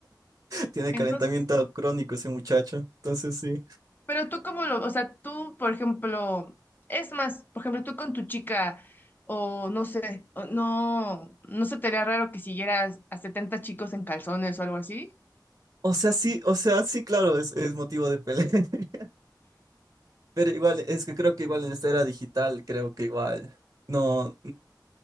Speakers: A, on the right; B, on the left.
A: Tiene
B: Entonces,
A: calentamiento crónico ese muchacho. Entonces, sí.
B: pero tú cómo lo, o sea, tú, por ejemplo, es más, por ejemplo, tú con tu chica, o no sé, o no, no se te haría raro que siguieras a 70 chicos en calzones o algo así.
A: O sea, sí, o sea, sí, claro, es, es motivo de pelea. <laughs> Pero igual, es que creo que igual en esta era digital, creo que igual. No,